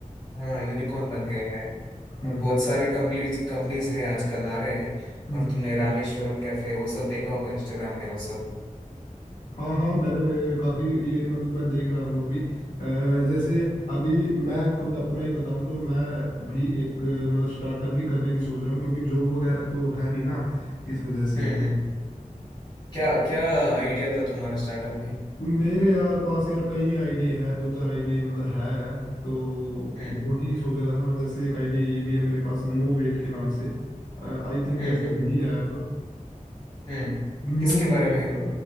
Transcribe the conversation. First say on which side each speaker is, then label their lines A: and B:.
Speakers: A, on the left; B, on the left.
A: हाँ यूनिकॉर्न बन गए हैं
B: हम्म
A: और बहुत सारे कंपनी कंपनीज हैं आजकल आ रहे हैं
B: हम्म
A: और तुमने रामेश्वरम कैफे वो सब देखा होगा इंस्टाग्राम में वो सब
B: हाँ हाँ मैंने भी, अ, काफी ये मतलब मैं देख रहा हूँ अभी अ, जैसे अभी मैं खुद अपना ही बताऊँ तो मैं भी एक अ, मतलब स्टार्टअप ही करने की सोच रहा हूँ क्योंकि जॉब वगैरह तो है नहीं ना इस वजह से
A: हम्म हम्म क्या क्या आइडिया था तुम्हारा स्टार्टअप में
B: मेरे यार पास यार कई आइडिया है दो चार आइडिया मतलब है तो
A: हम्म
B: वही सोच रहा था मैं जैसे एक आइडिया ये भी है मेरे पास नो वेट के नाम से आई थिंक
A: हम्म
B: ऐसा
A: हम्म हम्म
B: नहीं है अब
A: हम्म।
B: No
A: किसके
B: wait
A: बारे में है वो